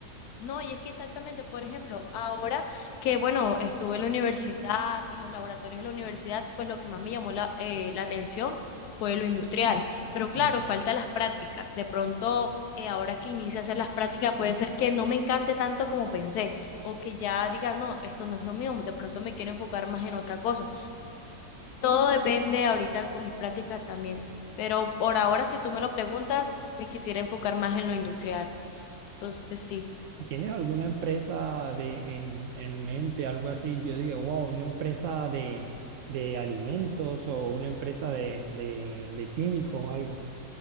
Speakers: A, on the left (about 85°); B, on the right (about 65°).
A: No, y es que exactamente, por ejemplo, ahora que, bueno, estuve en la universidad y los laboratorios de la universidad, pues lo que más me llamó la, eh, la atención fue lo industrial. Pero claro,
B: Mm.
A: falta las prácticas. De pronto, eh, ahora que inicie a hacer las prácticas, puede ser que no me encante tanto como pensé, o que ya diga, no, esto no es lo mío, de pronto me quiero enfocar más en otra cosa. Todo depende ahorita con mis prácticas también. Pero por ahora, si tú me lo preguntas, me quisiera enfocar más en lo industrial. Entonces, sí.
B: ¿Tienes alguna empresa de, en, en mente, algo así, que yo diga, wow, una empresa de, de alimentos o una empresa de, de, de químicos o algo?